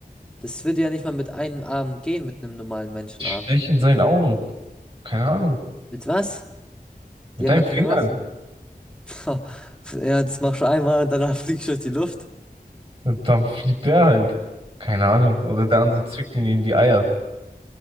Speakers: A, in the centre; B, on the right.
A: Das würde ja nicht mal mit einem Arm gehen, mit einem normalen Menschenarm.
B: Stech in seinen Augen. Keine Ahnung.
A: Mit was?
B: Mit
A: Die haben
B: deinen
A: ja keine
B: Fingern.
A: Waffen. Ha, Ja, das machst du einmal und danach <laughs> fliegst du durch die Luft.
B: Und dann fliegt der halt. Keine Ahnung.
A: Ja,
B: Oder der
A: ja.
B: andere zwickt ihn in die Eier.